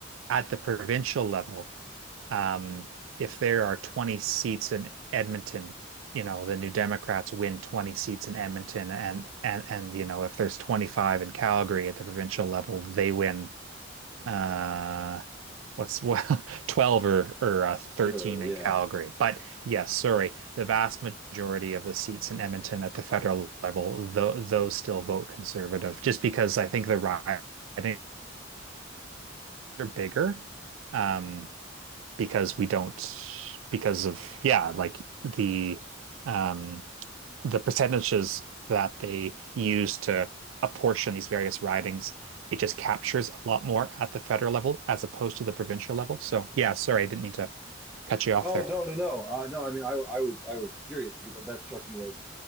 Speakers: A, on the right; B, in the centre.
A: At the provincial level, um, if there are 20 seats in Edmonton, you know, the New Democrats win 20 seats in Edmonton and and and you know, if there's 25 in Calgary at the provincial level, they win uh what's well <laughs> 12 or or uh, 13
B: Sure.
A: in
B: Yeah.
A: Calgary. But yes, sorry, the vast majority of the seats in Edmonton at the federal level, though those still vote conservative, just because I think the ridings are bigger. Um, because we don't because of yeah, like the um the percentages that they use to apportion these various ridings, it just captures a lot more at the federal level as opposed to the provincial level. So, yeah, sorry, I didn't mean to cut you off
B: Oh
A: there.
B: no no no. Uh, no. I mean, I I was I was curious because that, that struck me as.